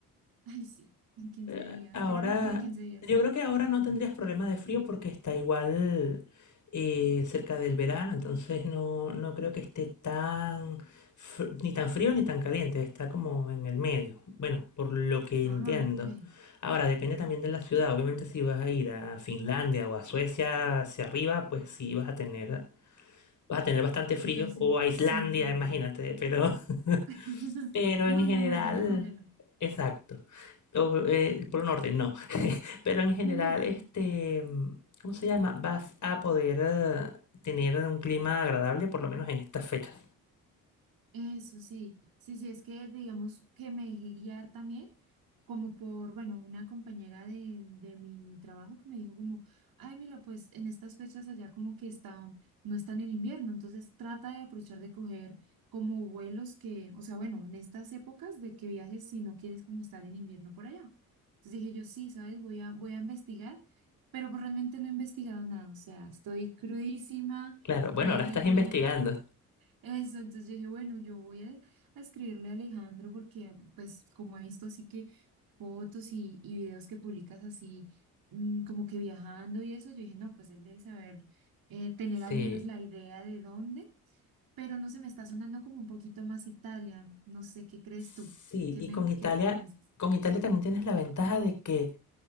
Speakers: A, on the right (about 50°); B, on the left (about 40°).
A: ay, sí, en 15
B: Eh,
A: días.
B: Ahora,
A: Quiero armar todo en quince días.
B: yo creo que ahora no tendrías problema de frío porque está igual eh, cerca del verano, entonces no, no creo que esté tan, fr- ni tan frío ni tan caliente, está como en el medio. Bueno, por lo que
A: Ah,
B: entiendo.
A: ok.
B: Ahora, depende también de la ciudad. Obviamente, si vas a ir a Finlandia o a Suecia hacia arriba, pues sí vas a tener, vas a tener bastante frío.
A: Casi
B: O a Islandia,
A: siempre
B: imagínate,
A: frío.
B: pero <laughs>
A: <laughs>
B: Pero
A: No,
B: en general,
A: no, no, allá me congelo.
B: exacto. O, eh, por un orden, no. <laughs> Pero en general,
A: No.
B: este, ¿cómo se llama? Vas a poder eh, tener un clima agradable, por lo menos en estas fechas.
A: Eso sí, sí, sí, es que digamos que me dejé guiar también, como por, bueno, una compañera de, de mi trabajo que me dijo como, ay, mira, pues en estas fechas allá como que está, no están en invierno, entonces trata de aprovechar de coger como vuelos que, o sea, bueno, en estas épocas de que viajes si no quieres como estar en invierno por allá. Entonces dije yo, sí, ¿sabes? Voy a, voy a investigar, pero pues realmente no he investigado nada, o sea, estoy crudísima,
B: Claro, bueno,
A: le dije
B: ahora estás investigando.
A: yo. Eso, entonces yo dije, bueno, yo voy a, a escribirle a Alejandro porque, pues, como he visto así que fotos y, y videos que publicas así, mm, como que viajando y eso, yo dije, no, pues él debe saber eh, tener al
B: Sí.
A: menos la idea de dónde, pero no se me está sonando como un poquito más Italia. No sé, ¿qué crees tú?
B: Sí,
A: ¿Qué
B: y
A: me,
B: con Italia,
A: qué piensas?
B: con Italia también tienes la ventaja de que